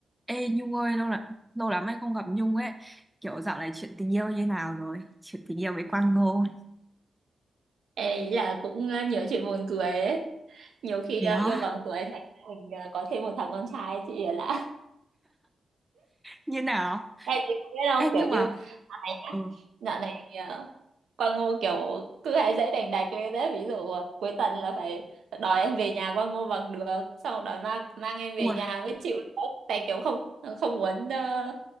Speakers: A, in the centre; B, on the right.
A: Ê Nhung ơi lâu lắm lâu lắm anh không gặp Nhung ấy kiểu dạo này chuyện tình yêu như nào rồi chuyện tình yêu với Quang Ngô
B: Ê, ý là cũng ờ, nhiều chuyện buồn cười ấy. Nhiều khi
A: thế
B: ờ,
A: á
B: yêu bằng tuổi thành ra mình ờ, có thêm một thằng con trai chị là <laughs> lạ.
A: như nào
B: Em thì không biết đâu
A: Ê nhưng
B: kiểu như
A: mà
B: ai nhá.
A: ừ
B: Dạo này ờ, Quang Ngô kiểu cứ hay dễ đành đạch lên đấy ví dụ ờ, cuối tuần là phải đòi em về nhà Quang Ngô bằng được xong rồi đòi mang mang em về
A: ủa
B: nhà mới chịu nữa. tại kiểu không không muốn ờ,